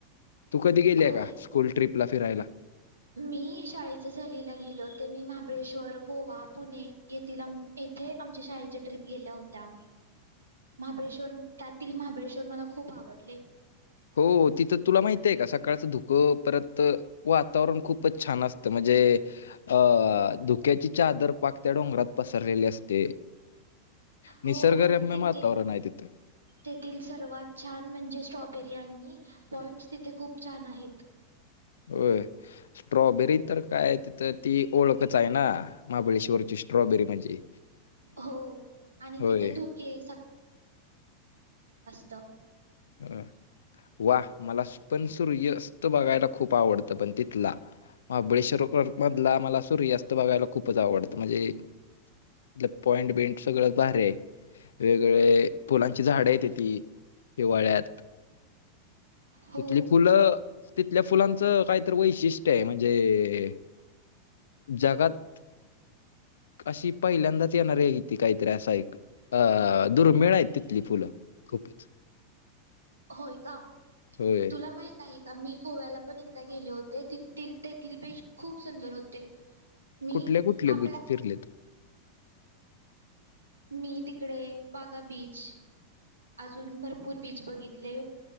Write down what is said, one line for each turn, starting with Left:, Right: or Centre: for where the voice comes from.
Left: तू कधी गेलीय
Right: होय.
Left: का? स्कूल ट्रिपला फिरायला.
Right: मी शाळेच्या सहलीला गेले होते मी महाबळेश्वर, गोवा, पुणे येथील आम येथे आमच्या शाळेच्या ट्रिप गेल्या होत्या. महाबळेश्वर त्यातील महाबळेश्वर मला खूप आवडले.
Left: हो तिथं तुला माहितय का, सकाळचं धुकं परत वातावरण खूपच छान असतं. म्हणजे अं धुक्याची चादर पाक त्या डोंगरात पसरलेली असते. निसर्गरम्य
Right: हो आणि तिथे
Left: वातावरण आहे तिथं
Right: तेथील सर्वात छान म्हणजे स्ट्रॉबेरी <unintelligible> पॉइंट्स तिथे खूप छान आहेत.
Left: हं स्ट्रॉबेरी तर काय तिथं ती ओळखच आहे ना महाबळेश्वरची स्ट्रॉबेरी म्हणजे,
Right: हो. आणि
Left: होय.
Right: तिथे धुके, त
Left: अं वा मला पण सूर्यस्त बघायला खूप आवडतं. पण तिथला महाबळेश्वर मधला मला सूर्यास्त बघायला खूपच आवडतं. म्हणजे पॉइंट बिंट सगळंच भारी आहे वेगवेगळे फुलांची झाडे येतेती हिवाळ्यात
Right: हो.
Left: तिथली फुलं तिथल्या फुलांच काहीतरी वैशिष्ट्य आहे म्हणजे जगात अशी पहिल्यांदाच येणार आहे क ती काहीतरी असा एक अ दुर्मिळ आहे तिथली फुलं खूपच.
Right: होय का
Left: होय
Right: तुला माहित आहे का मी गोव्याला पण एकदा गेले होते. तिथील तेथील बीच खूप सुंदर होते. मी
Left: कुठले कुठले
Right: आपला
Left: बुच फिरलेत.
Right: मी तिकडे बागा बीच अजून भरपूर बीच बघितले.